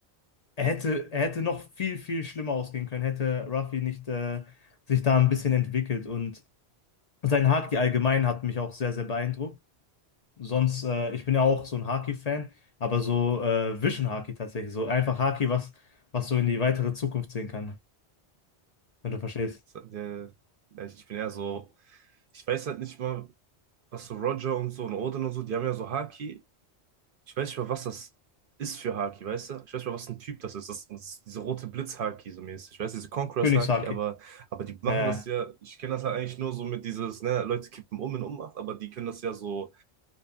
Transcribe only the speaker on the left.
er hätte, er hätte noch viel, viel schlimmer ausgehen können, hätte Ruffy nicht äh, sich da ein bisschen entwickelt und sein Haki allgemein hat mich auch sehr, sehr beeindruckt. Sonst, äh, ich bin ja auch so ein Haki-Fan, aber so äh, Vision Haki tatsächlich, so einfach Haki, was, was so in die weitere Zukunft sehen kann, wenn du verstehst.
Königshaki.
Äh,